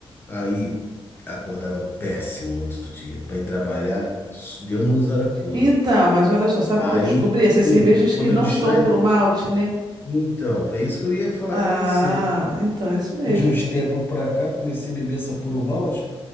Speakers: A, on the left (about 20°); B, on the right (about 45°).
A: Aí, acordava péssimo no outro dia. Para ir trabalhar, s- Deus nos acuda.
B: Então, mas olha só, sabe
A: Aí,
B: o que eu descobri? Essas cervejas
A: quando
B: que não
A: eu disse,
B: são
A: aí
B: puro malte, né?
A: então, foi isso que eu ia falar
B: Ah,
A: com você.
B: então, isso mesmo.
A: De uns tempos pra cá, comecei a beber essa puro malte.